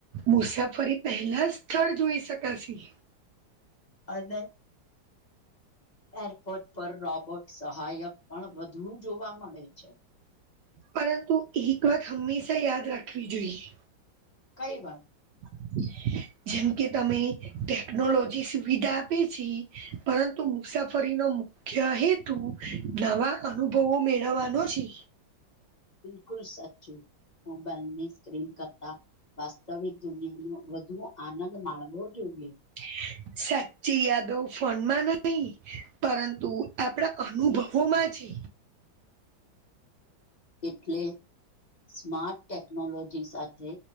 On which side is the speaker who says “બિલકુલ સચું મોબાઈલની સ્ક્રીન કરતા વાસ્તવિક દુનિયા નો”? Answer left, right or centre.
Left